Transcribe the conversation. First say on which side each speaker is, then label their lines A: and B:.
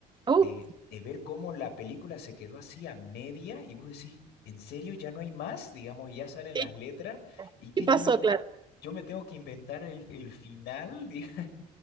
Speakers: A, on the right; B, on the left.
A: Uf,
B: de, de ver cómo la película se quedó así a media y vos decís, ¿en serio ya no hay más? Digamos, ya salen
A: ¿qué,
B: las letras y que
A: qué pasó,
B: yo me, te-
A: claro?
B: yo me tengo que inventar el, el final, <laughs>